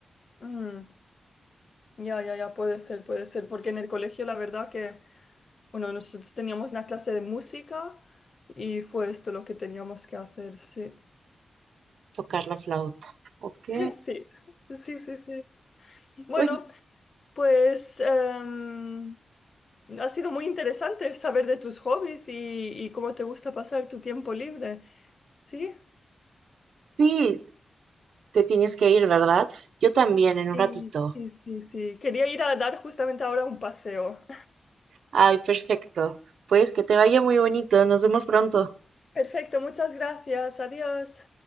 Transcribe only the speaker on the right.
tocar la flauta. Ok.
Oye,
sí, te tienes que ir, ¿verdad? Yo también, en un
ratito.
Ay, perfecto. Pues que te vaya muy bonito. Nos vemos pronto.